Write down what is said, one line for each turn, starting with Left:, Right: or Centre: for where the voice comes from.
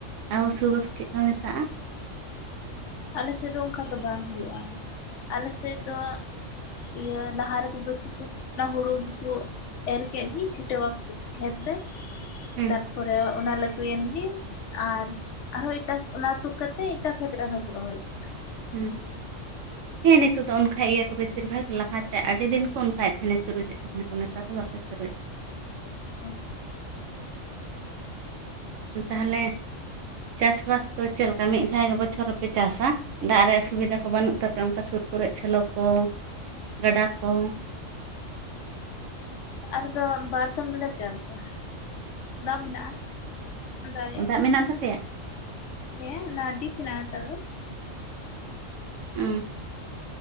Right: ᱟᱨᱥᱩᱵᱳᱥ ᱪᱮᱫ ᱠᱚ ᱢᱮᱛᱟᱜᱼᱟ
Left: ᱟᱞᱮ ᱥᱮᱫ ᱫᱚ ᱚᱱᱠᱟ ᱫᱚ ᱵᱟᱝ ᱦᱩᱭᱩᱜᱼᱟ ᱟᱞᱮ ᱥᱮᱫ ᱫᱚ ᱤᱭᱟᱹ ᱞᱟᱦᱟ ᱨᱮᱠᱚ ᱜᱟᱹᱪᱷᱤ ᱠᱚ ᱚᱱᱟ ᱦᱩᱲᱩ ᱜᱮᱠᱚ ᱮᱨ ᱠᱮᱫ ᱜᱮ ᱪᱷᱤᱴᱟᱹᱣᱟᱠᱚ ᱠᱷᱮᱛᱨᱮ
Right: ᱦᱩᱸ
Left: ᱛᱟᱨᱯᱚᱨᱮ ᱚᱱᱟ ᱞᱟᱹᱴᱩᱭᱮᱱ ᱟᱨ ᱟᱨᱦᱚᱸ ᱮᱴᱟᱜ ᱚᱱᱟ ᱛᱩᱫ ᱠᱟᱛᱮ-ᱮᱫ ᱮᱴᱟᱜ ᱠᱷᱮᱛ ᱟᱨᱦᱚᱸ ᱠᱚ ᱨᱚᱦᱚᱭ ᱦᱚᱪᱚᱱᱟ
Right: ᱦᱮᱸ ᱦᱮᱸ ᱱᱤᱛᱳ ᱫᱚ ᱚᱱᱠᱷᱟ ᱜᱮᱠᱚ ᱵᱮᱥᱤᱨ ᱵᱷᱟᱜᱽ ᱞᱟᱦᱟᱛᱮ ᱟᱹᱰᱤ ᱫᱤᱱ ᱠᱚ ᱚᱱᱠᱷᱟ ᱯᱷᱮᱱᱮᱪᱩᱨᱩᱡᱮᱫ ᱛᱟᱦᱮᱱᱟᱠᱚ ᱱᱮᱛᱟᱨ ᱫᱚ <unintelligible> ᱯᱚᱛ
Left: ᱚ
Right: ᱛᱟᱦᱚᱞᱮ ᱪᱟᱥᱵᱟᱥ ᱫᱚ ᱪᱮᱫᱮᱠᱟ ᱢᱤᱫ ᱫᱷᱟᱣ ᱜᱮ ᱵᱚᱪᱷᱚᱨ ᱨᱮᱯᱮ ᱪᱟᱥᱟ ᱫᱟᱜ ᱨᱮᱭᱟᱜ ᱥᱩᱵᱤᱫᱟ ᱠᱚ ᱵᱟᱹᱱᱩᱜ ᱛᱟᱯᱮ ᱚᱱᱠᱟ ᱥᱩᱨ ᱠᱚᱨᱮ ᱥᱮᱞᱚ ᱠᱚ ᱜᱟᱰᱟ ᱠᱚ
Left: ᱦᱩᱸ ᱟᱫᱚ ᱵᱟᱨᱫᱷᱚᱢ ᱜᱮᱞᱮ ᱪᱟᱥᱟ ᱫᱟᱜ ᱢᱮᱱᱟᱜᱼᱟ ᱫᱟᱲᱮᱭᱟᱜ
Right: ᱫᱟᱜ
Left: ᱥᱩᱵᱤᱫᱷᱟ
Right: ᱢᱮᱱᱟᱜ ᱛᱟᱯᱮᱭᱟ
Left: ᱦᱮᱸ ᱱᱟᱰᱤᱯ ᱢᱮᱱᱟᱜᱼᱟ ᱱᱮᱛᱟᱨ ᱫᱚ
Right: ᱦᱮᱸ